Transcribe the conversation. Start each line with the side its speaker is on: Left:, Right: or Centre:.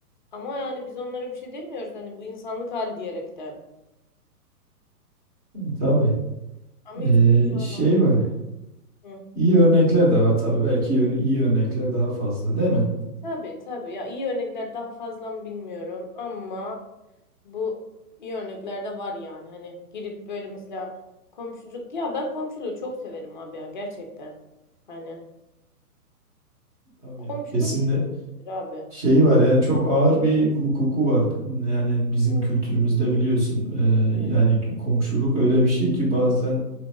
Left: Ama yani biz onlara bir şey demiyoruz hani bu insanlık hali diyerekten.
Right: Tabii.
Left: Ama
Right: Ee,
Left: hiç böyle bir şey olamaz.
Right: şey var.
Left: Hı.
Right: İyi örnekler de var tabii. Belki ön- iyi örnekler daha fazla değil mi?
Left: Tabii tabii ya iyi örnekler daha fazla mı bilmiyorum ama bu iyi örnekler de var yani hani girip böyle mesela komşuluk ya ben komşuluğu çok severim abi ya gerçekten. Hani
Right: Tabii
Left: komşuluk
Right: ya kesinlikle
Left: iyidir abi.
Right: şeyi var yani çok ağır bir hukuku var. Yani bizim
Left: Evet
Right: kültürümüzde biliyorsun. Ee,
Left: evet.
Right: yani komşuluk öyle bir şey ki bazen